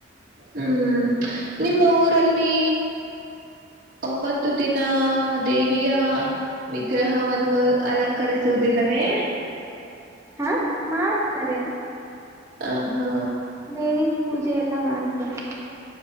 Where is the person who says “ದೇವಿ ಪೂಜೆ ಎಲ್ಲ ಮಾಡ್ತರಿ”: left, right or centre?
Right